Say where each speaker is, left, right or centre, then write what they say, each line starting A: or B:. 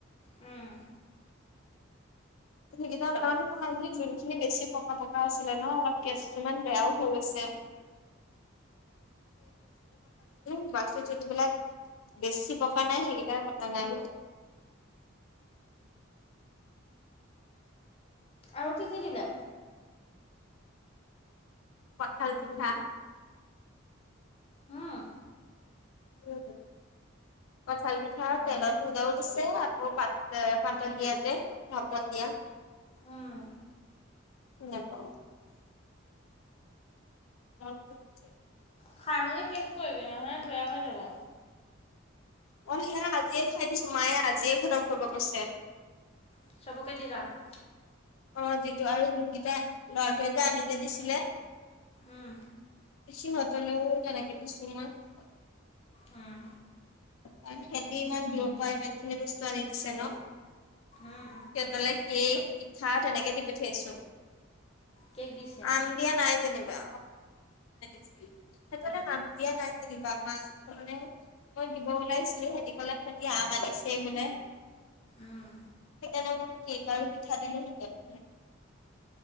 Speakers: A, on the left; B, on the left.
A: উম
B: সেইকেইটা কাৰণ মই যোনখিনি বেছি পকা পকা আছিলে ন, অলপ <unintelligible> কিছুমান বেয়াও হৈ গৈছে। <unintelligible> বাকী <unintelligible> বেছি পকা নাই, সেইকেইটাই কটা নাই মই।
A: আৰু কি কি দিলে?
B: কঠাল পিঠা।
A: উম
B: <unintelligible> কঠাল পিঠা তেলত <unintelligible> দিছে, আকৌ <unintelligible> পাতত দিয়া যে ভাপত দিয়া
A: উম
B: নেপাওঁ <inaudible>
A: খাই মেলি শেষ কৰিবি নহ'লে বেয়া হৈ যাব।
B: অ', সেয়া আজিয়ে খাই দিছোঁ, মায়ে আজিয়ে খতম কৰিব কৈছে।
A: <unintelligible>
B: অ', <unintelligible> যোনকেইটা <unintelligible> যে আনি দিছিলে।
A: উম
B: সিহঁতলৈও তেনেকে দিছোঁ <unintelligible>
A: উম।
B: <inaudible> সিহঁতি ইমান দূৰৰ পৰাই ইমান খিনি বস্তু আনি দিছে ন'।
A: উম
B: সিহঁতলে কেক <inaudible> <unintelligible> দি পঠিয়াইছোঁ।
A: কেক দিছে
B: এতিয়া নাই যেনিবা <unintelligible> সেইফালে নাম দিয়া নাই জেনিবা, <unintelligible> মই দিব ওলাইছিলোঁ, সিহঁতি ক'লে সিহঁতি আম আনিছে বোলে।
A: উম
B: <unintelligible> কেক আৰু পিঠা দিলোঁ <unintelligible>